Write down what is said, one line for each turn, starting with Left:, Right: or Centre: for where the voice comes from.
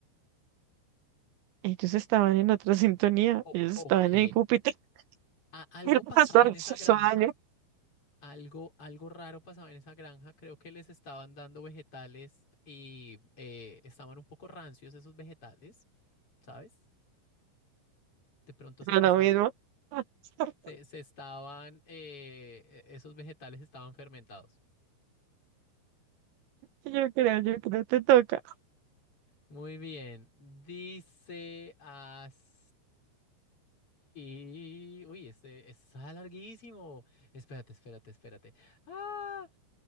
Right: Ellos estaban en otra sintonía,
Left: O-
Right: ellos
Left: ok.
Right: estaban en Júpiter,
Left: A-
Right: <laughs>
Left: algo
Right: el pastor
Left: pasaba en esa
Right: se hizo
Left: granja,
Right: daño,
Left: algo, algo raro pasaba en esa granja. Creo que les estaban dando vegetales y eh, estaban un poco rancios esos vegetales, ¿sabes? De pronto se
Right: era
Left: pasaron.
Right: lo mismo. <laughs>
Left: Se, se estaban, eh, esos vegetales estaban fermentados.
Right: Yo creo, yo creo, te toca.
Left: Muy bien. Dice así. Uy, ese este está larguísimo. Espérate, espérate, espérate. Ah,